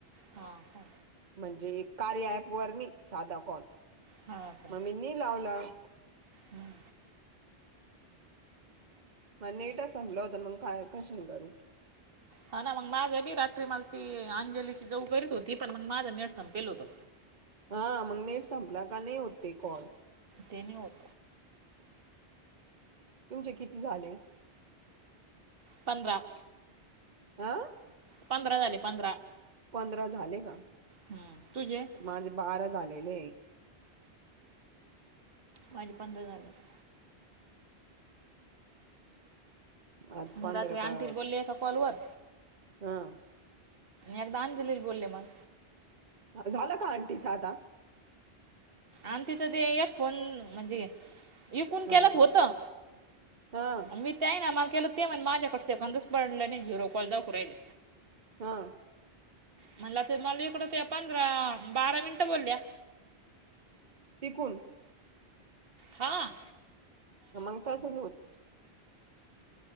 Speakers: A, on the right; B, on the right.
A: हा हा.
B: म्हणजे कार्य ॲपवर नाही साधा कॉल.
A: हा का.
B: मग मी नि लाव-लाव.
A: हम्म.
B: म नेटच संपला होता, मग काय कशान करू.
A: हा ना मग माझा, मी रात्री मला ती अंजलीची जाऊ करीत होती. पण मग माझा नेट संपेल होता.
B: हा मग नेट संपला का नाही होत ते कॉल.
A: ते नाही होत.
B: तुमचे किती झाले.
A: पंधरा.
B: आ.
A: पंधरा झाले पंधरा.
B: पंधरा झाले का.
A: हम्म तुझे?
B: माझे बारा झाले ग.
A: माझी पंधरा झालेत.
B: आज पंधरा
A: मी रात्री अँटीला
B: का
A: बोलले एका कॉलवरर.
B: हा
A: एकदा अंजलीला बोलले मग.
B: झाला का आंटीचा आता.
A: आम तिथं ते एक फोन म्हणजे इ कोण
B: हो
A: केलात तर
B: का
A: होतं.
B: हा
A: मी ते ना, मला केलं ते म्हण माझ्याकडे सक पडलंने झिरोकॉल दाखवू राहिल.
B: हा
A: म्हणला ते मला इकडं त्या पंधरा बारा मिनिटं बोलल्या.
B: टिकून.
A: हा.
B: मग तसच होत.